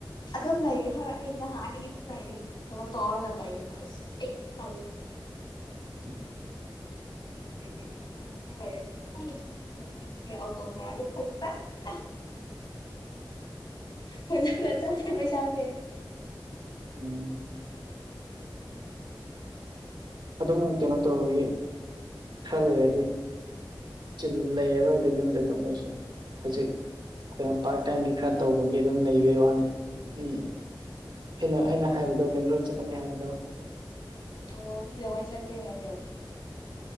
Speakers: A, on the left; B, on the right.
A: ꯑꯗꯨꯝ ꯂꯩꯌꯦ ꯍ ꯑꯩꯅ ꯍꯥꯟꯅꯒꯤ ꯑꯗꯨꯝ ꯂꯩꯌꯦꯦ ꯊꯕꯛ ꯇꯧꯔꯒ ꯂꯩ ꯑꯁ ꯑꯩ ꯄꯜꯂꯦ
B: <inaudible> <inaudible>
A: ꯀꯩ ꯀꯩꯅꯣ ꯆꯠꯅꯤꯡꯉꯥꯏ ꯂꯩꯔꯗꯤ ꯑꯗꯨꯝ ꯆꯠꯄ꯭ꯔꯦ ꯑꯗꯨꯒꯤ ꯑ ꯇꯧꯕ꯭ꯔꯗꯤ ꯐꯖ
B: <inaudible>
A: ꯐꯖ ꯆꯂꯦ ꯄꯩꯁꯥꯥꯁꯦ
B: ꯎꯝ ꯑꯗꯨꯝ ꯀꯩꯅꯣ ꯇꯧꯕꯒꯤ ꯈꯔ ꯂꯩꯔꯗꯤ ꯆꯤ ꯂꯩꯔꯔꯣꯏꯗ ꯌꯨꯝꯗꯗꯧꯉꯩꯁꯨ ꯍꯧꯖꯤꯛ ꯀꯩꯅꯣ ꯄꯥꯔꯠ ꯇꯥꯏꯝꯒꯤ ꯈꯔ ꯇꯧꯕꯒꯤ ꯑꯗꯨꯝ ꯂꯩꯕꯩ ꯋꯥꯅꯤ ꯎꯝ ꯑꯩꯅ ꯑꯩꯅ ꯍꯥꯏꯕꯗꯣ ꯕꯦꯡꯒꯂꯣꯔ ꯆꯠꯀꯅꯤ ꯍꯥꯏꯕꯗꯣ
A: ꯑꯣ ꯄ ꯃꯣꯏ ꯆꯅꯗꯣ